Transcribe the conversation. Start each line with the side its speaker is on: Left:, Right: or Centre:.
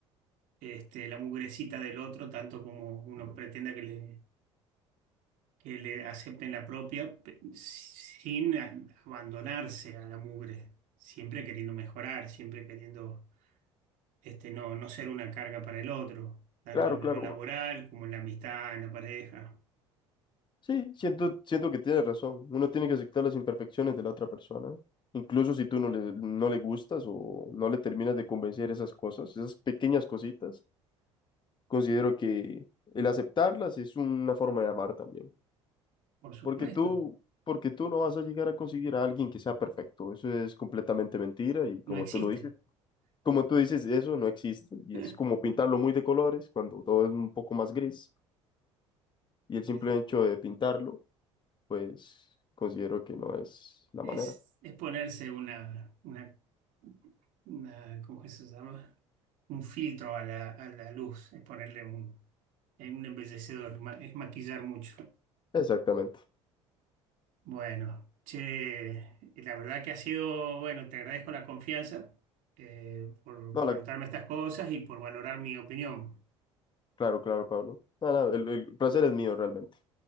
Right: este, la mugrecita del otro, tanto como uno pretenda que le, que le acepten la propia, pe- sin a- abandonarse a la mugre, siempre queriendo mejorar, siempre queriendo este, no, no ser una carga para el otro, tanto
Left: Claro,
Right: en
Left: claro.
Right: lo laboral como en la amistad, en la pareja,
Left: Sí, siento, siento que tienes razón. Uno tiene que aceptar las imperfecciones de la otra persona. Incluso si tú no le, no le gustas o no le terminas de convencer esas cosas, esas pequeñas cositas, considero que el aceptarlas es una forma de amar también.
Right: por supuesto.
Left: Porque tú, porque tú no vas a llegar a conseguir a alguien que sea perfecto. Eso es completamente mentira y como
Right: no existe.
Left: tú lo dices, como tú dices, eso no existe. Y
Right: <laughs>
Left: es como pintarlo muy de colores cuando todo es un poco más gris. Y el simple
Right: Es,
Left: hecho de pintarlo pues considero que no es la
Right: es-
Left: manera.
Right: es ponerse una, una, una- ¿cómo es que se llama? Un filtro a la, a la luz, es ponerle un, eh, un embellecedor, ma- es maquillar mucho.
Left: Exactamente.
Right: Bueno, che, la verdad que ha sido, bueno, te agradezco la confianza eh, por
Left: No,
Right: preguntarme
Left: la-
Right: estas cosas y por valorar mi opinión.
Left: claro, claro, Pablo. Nada, el, el placer es mío realmente.